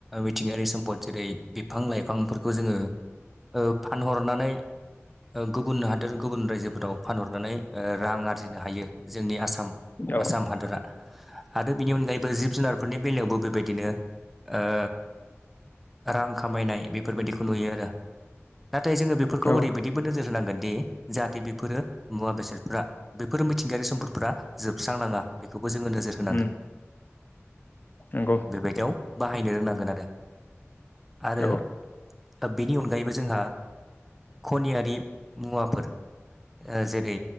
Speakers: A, in the centre; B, on the left (about 40°).
A: मिथिंगायारि सम्पद जेरै बिफां लाइफांफोरखौ जोङो ओ फानहरनानै गुबुन हादोर गुबुन रायजोफोराव फानहरनानै रां आरजिनो हायो जोंनि आसाम
B: औ
A: आसाम हादरा। आरो बिनि अनगायैबो जिब जुनारफोरनि बेलायावबो बेबायदिनो ओ रां खामायनाय बेफोरबायदिखौ नुयो आरो नाथाय जोङो बेफोरखौ
B: औ
A: ओरैबायदि बो नोजोर होनांगोनदि जाहाथे बेफोरो मुवा बेसादफ्रा बेफोर मिथिंगायारि सम्दफोरा जोबस्रांनाङा। बेखौबो जोङो नोजोर
B: उम
A: होनांगोन
B: नंगौ
A: बेबायदियाव बाहायनो रोंनांगोन आरो। आरो
B: औ
A: बेनि अनगायैबो जोंहा खनियारि मुवाफोर जेरै